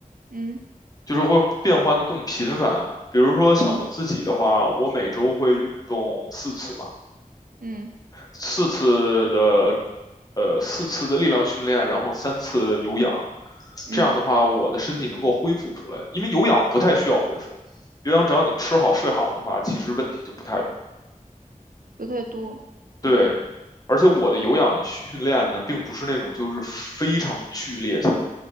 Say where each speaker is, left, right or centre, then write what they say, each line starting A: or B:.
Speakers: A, on the right; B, on the left.
A: 嗯
B: 就是会变换的更频繁。比如说像我自己的话，
A: 嗯
B: 我每周会运动四次嘛，
A: 嗯
B: 四次的呃四次的力量训练，然后三次的有氧。
A: 嗯嗯。
B: 这样的话，
A: 嗯
B: 我的身体能够恢复出来，因为有氧不太需要恢复，有氧只要你吃好睡好的话，其实问题就不太
A: 不太多。对，
B: 对。而且我的有氧训练呢，并不是那种就是非常剧烈性，